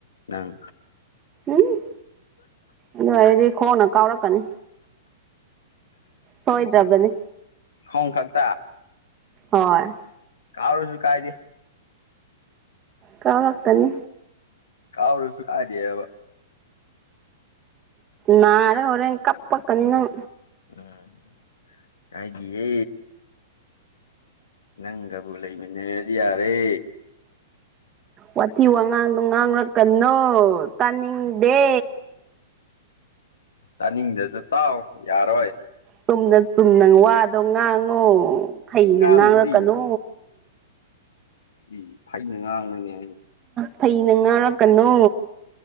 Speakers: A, on the left; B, on the right.
A: ꯅꯪ
B: ꯎꯝ ꯑꯗꯨ ꯑꯣꯏꯔꯗꯤ ꯈꯣꯡꯅ ꯀꯥꯎꯔꯛꯀꯅꯤ ꯁꫭꯏꯗ꯭ꯔꯕꯅꯤ
A: ꯈꫭꯡ ꯈꯛꯇ
B: ꯍꯣꯏ
A: ꯀꯥꯥꯎꯔꯁꯨ ꯀꯥꯏꯗꯦ
B: ꯀꯥꯎꯔꯛꯀꯅꯤ
A: ꯀꯥꯎꯔꯁꯨꯨ ꯀꯥꯏꯗꯦ ꯑꯕ
B: ꯅꯥꯔ ꯍꫭꯔꯦꯟ ꯀꯞꯄꯛꯀꯅꯤ ꯅꯪ
A: ꯎꯝ ꯀꯥꯏꯗꯤꯌꯦ ꯅꯪꯒꯕꯨ ꯂꯩꯃꯤꯟꯅꯔꯗꯤ ꯌꯥꯔꯦ
B: ꯋꯥꯊꯤ ꯋꯥꯉꯥꯡꯗꯣ ꯉꯥꯡꯔꯛꯀꯅꯣ ꯇꯥꯅꯤꯡꯗꯦ
A: ꯇꯥꯅꯤꯡꯗ꯭ꯔꯁꯨ ꯇꯥꯎ ꯌꯥꯔꯣꯏ
B: ꯆꯨꯝꯅ ꯆꯨꯝꯅ ꯋꯥꯗꯣ ꯉꯥꯡꯉꯣ ꯐꯩꯅ
A: ꯑꯉꯥꯡꯁꯤꯗꯤ
B: ꯉꯥꯡꯔꯛꯀꯅꯨ
A: ꯏ ꯐꯩꯅ ꯉꯥꯡꯔꯅꯦ
B: ꯐꯩꯅ ꯉꯥꯔꯛꯀꯅꯣ